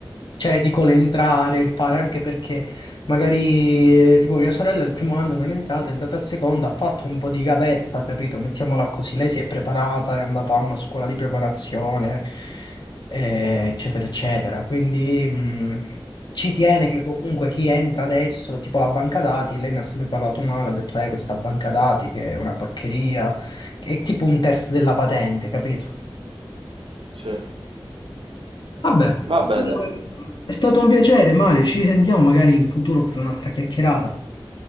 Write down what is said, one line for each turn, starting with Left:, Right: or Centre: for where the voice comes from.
Left: Cioè, dico l'entrare, il fare, anche perché Magari eh, tipo mia sorella il primo anno non è entrata, è entrata al secondo, ha fatto un po' di gavetta, capito? Mettiamola così, lei si è preparata, è andata a una scuola di preparazione, eh, eccetera, eccetera. Quindi mh, ci tiene che comunque chi entra adesso, tipo la banca dati, lei ne ha sempre parlato male, ha detto, eh, questa banca dati che è una porcheria, che è tipo un test della patente, capito?
Right: Sì.
Left: Vabbè,
Right: Vabbè,
Left: comunque
Right: dai.
Left: è stato un piacere, Mario. Ci risentiamo magari in futuro per un'altra chiacchierata.